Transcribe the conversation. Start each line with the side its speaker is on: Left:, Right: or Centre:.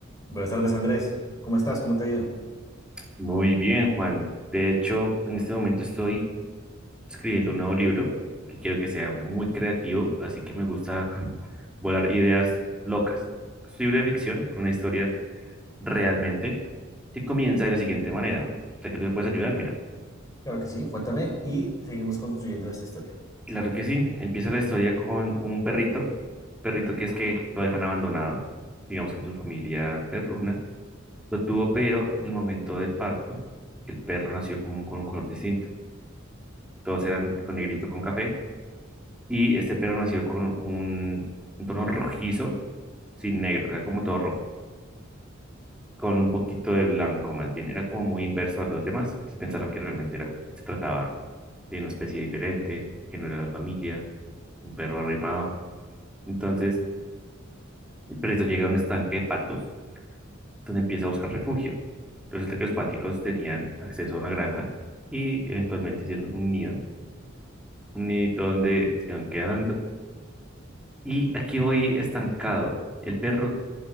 Left: Buenas tardes, Andrés. ¿Cómo estás? ¿Cómo te ha ido?
Centre: Muy bien, Juan. De hecho, en este momento estoy escribiendo un nuevo libro que quiero que sea muy creativo, así que me gusta <laughs> volar ideas locas. Es un libro de ficción, una historia realmente, que comienza de la siguiente manera. O sea que tú me puedes
Left: Perfecto.
Centre: ayudar, mira.
Left: Claro que sí, cuéntame y seguimos construyendo esta historia.
Centre: Claro que sí. Empieza la historia con un perrito, perrito que es que lo dejan abandonado. Digamos que su familia perruna lo tuvo, pero en el momento del parto, el perro nació como un- con un color distinto. Todos eran con negrito con café Y este perro nació con un, un tono rojizo, sin negro, era como todo rojo, con un poquito de blanco más bien. Era como muy inverso a los demás. Entonces pensaron que realmente era, se trataba de una especie diferente, de que no era la familia, un perro arrimado. Entonces el perrito llega a un estanque de patos donde empieza a buscar refugio. Resulta que los páticos tenían acceso a una granja y eventualmente hicieron un nido, un nidito donde se iban quedando. Y aquí voy estancado. El perro